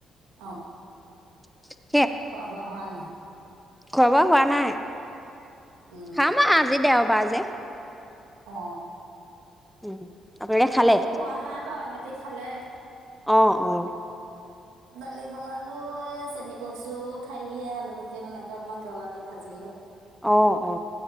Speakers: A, on the right; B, in the centre.
A: আহ।
B: <inaudible>
A: খোৱা-বোৱা হোৱা নাই?
B: খোৱা-বোৱা হোৱা নাই।
A: উম
B: খাম আও আজি দে বাজে।
A: অ।
B: উম আপোনালোকে খালে
A: ময়ো খোৱা নাই বাৰু সহতি তি খালে।
B: অ', অ।
A: দালি বনালো, চেনি কচু ঠাৰিয়ে আলু গুটিয়ে তেনেকে অকমান জলা দি ভাজিলো।
B: অ', অ